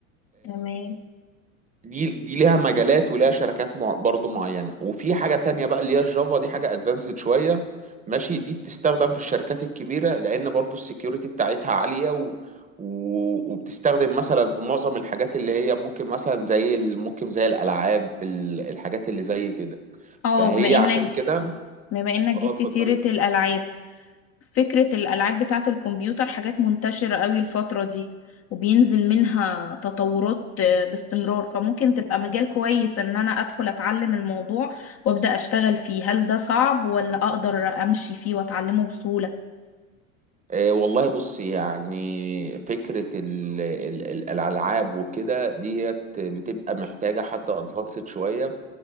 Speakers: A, on the left; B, on the right.
A: تمام
B: دي دي ليها مجالات وليها شركات مع برضو معينة وفي حاجة تانية بقى اللي هي الجافا دي حاجة ادفانسد شوية ماشي دي بتستخدم في الشركات الكبيرة لأن برضو السكيورتي بتاعتها عالية و... و... وبتستخدم مثلا في معظم الحاجات اللي هي ممكن مثلا زي ال... ممكن زي الألعاب ال... الحاجات اللي زي كده
A: اه
B: فهي
A: بما انك
B: عشان كده
A: بما انك
B: اه
A: جبت
B: اتفضلي
A: سيرة الالعاب فكرة الألعاب بتاعة الكمبيوتر حاجات منتشرة قوي الفترة دي وبينزل منها تطورات آه، باستمرار فممكن تبقى مجال كويس إن أنا أدخل أتعلم الموضوع وأبدأ أشتغل فيه هل ده صعب ولا أقدر أمشي فيه وأتعلمه بسهولة
B: آه والله بص يعني فكرة ال... ال... ال- الألعاب وكده ديت بتبقى محتاجة حد ادفانسد شوية